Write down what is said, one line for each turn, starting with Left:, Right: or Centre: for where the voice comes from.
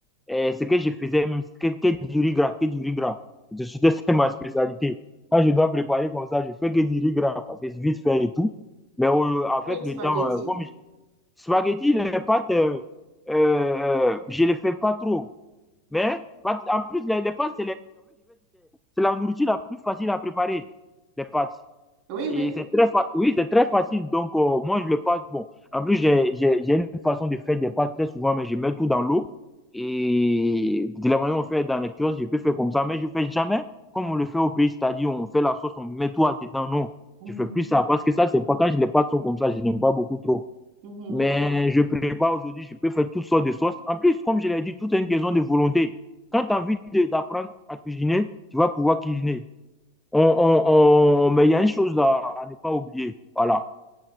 Centre: et ce que je faisais, même, que, que du riz gras, que du riz gras. C'était ma spécialité. Quand je dois préparer comme ça, je fais que du riz gras parce que c'est vite fait et tout. Mais euh, avec
Right: Les
Centre: le
Right: spaghettis.
Centre: temps, euh, comme je... spaghetti, les pâtes, euh, euh, je ne les fais pas trop. Mais pâtes, en plus, les, les pâtes, c'est la nourriture la plus facile à préparer, les pâtes.
Right: Oui,
Centre: Et
Right: oui.
Centre: c'est très, fa- oui, c'est très facile. Donc, euh, moi, je le passe. Bon, en plus, j'ai j'ai- j'ai une façon de faire des pâtes très souvent, mais je mets tout dans l'eau. Et de la manière dont on fait dans les kiosques, je peux faire comme ça, mais je ne fais jamais comme on le fait au pays, c'est-à-dire on fait la sauce, on met tout à dedans. Non,
Right: Mhm.
Centre: je ne fais plus ça parce que ça, c'est pas quand les pâtes sont comme ça, je n'aime pas beaucoup trop.
Right: Mhm.
Centre: Mais je prépare aujourd'hui, je peux faire toutes sortes de sauces. En plus, comme je l'ai dit, tout est une question de volonté. Quand tu as envie de- d'apprendre à cuisiner, tu vas pouvoir cuisiner on, on, on- mais il y a une chose à, à ne pas oublier. Voilà.